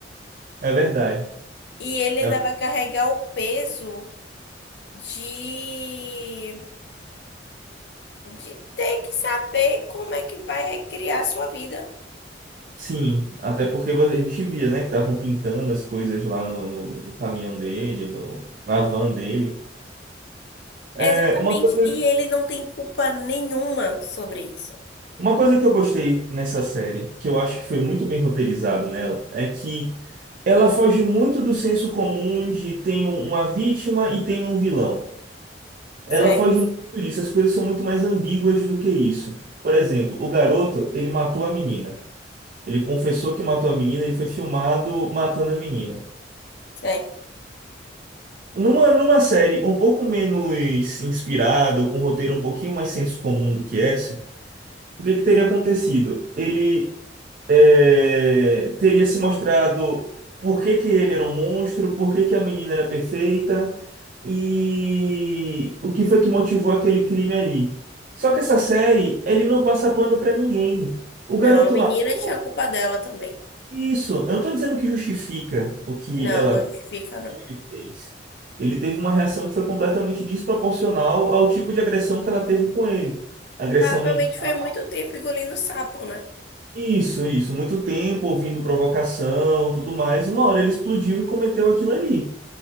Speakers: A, on the right; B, on the left.
A: é verdade.
B: e ele ainda
A: É ver-
B: vai carregar o peso de, de ter que saber como é que vai recriar sua vida.
A: sim, até porque vo- a gente via, né, que estavam pintando as coisas lá no, no, no caminhão dele, no, na van dele. É,
B: Exatamente,
A: uma coisa,
B: e ele não tem culpa nenhuma sobre isso.
A: uma coisa que eu gostei nessa série, que eu acho que foi muito bem roteirizado nela, é que ela foge muito do senso comum de tem um- uma vítima e tem um vilão. Ela
B: Certo,
A: foge muito disso, as coisas são muito mais ambíguas do que isso. Por exemplo, o garoto, ele matou a menina. Ele confessou que matou a menina, ele foi filmado matando a menina.
B: certo.
A: Numa, numa série um pouco menos inspirada, ou com um roteiro um pouquinho mais senso comum do que essa, o que que teria acontecido? Ele é, teria se mostrado por que que ele era um monstro, por que que a menina era perfeita e o que foi que motivou aquele crime ali. Só que essa série, ele não passa pano pra ninguém. O garoto
B: Não, a menina
A: matou.
B: tinha culpa dela também.
A: Isso, eu não tô dizendo que justifica o que
B: Não,
A: ela
B: não justifica, não.
A: que ele fez. Ele teve uma reação que foi completamente desproporcional ao tipo de agressão que ela teve com ele. Agressão
B: Provavelmente
A: mental.
B: foi muito tempo engolindo sapo, né?
A: Isso, isso. Muito tempo ouvindo provocação, tudo mais. Uma hora ele explodiu e cometeu aquilo ali.